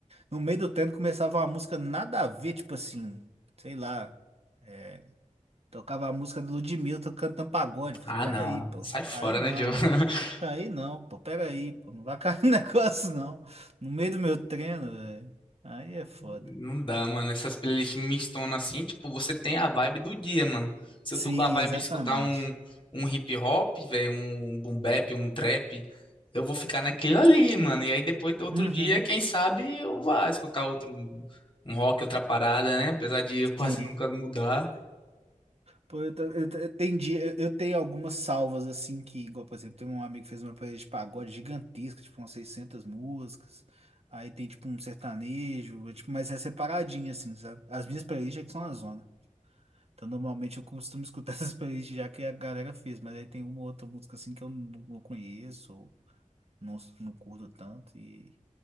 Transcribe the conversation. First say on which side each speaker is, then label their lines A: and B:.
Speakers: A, on the right; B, on the left.
A: no meio do tempo começava uma música nada a ver, tipo assim, sei lá, é, Tocava a música do Ludmilla, tô cantando pagode. Falei,
B: Ah,
A: pera
B: não.
A: aí, pô.
B: Sai fora,
A: Aí não.
B: né, Joe? <laughs>
A: Aí não, pô. Pera aí, pô. Não vai cair <laughs> no negócio, não. No meio do meu treino, velho. Aí é foda.
B: Não dá, mano. Essas playlists mistonas assim, tipo, você tem a vibe do dia, mano. Se
A: Sim,
B: eu tô com a vibe
A: exatamente.
B: de escutar um, um hip hop, velho, um um boom bap, um trap, eu vou ficar naquele ali, mano. E aí depois, outro
A: Uhum.
B: dia, quem sabe, eu vá escutar outro, um rock, outra parada, né? Apesar de eu quase
A: Sim.
B: nunca mudar.
A: Pô, eu, tô- eu, eu entendi. Eu, eu tenho algumas salvas, assim, que, igual, por exemplo, tem um amigo que fez uma playlist de pagode gigantesca, tipo, umas 600 músicas. Aí tem, tipo, um sertanejo, tipo, mas é separadinho, assim, sabe? As minhas playlists é que são a zona. Então, normalmente eu costumo escutar <laughs> essas playlists já que a galera fez, mas aí tem uma ou outra música assim que eu não, não conheço, ou não, não curto tanto, e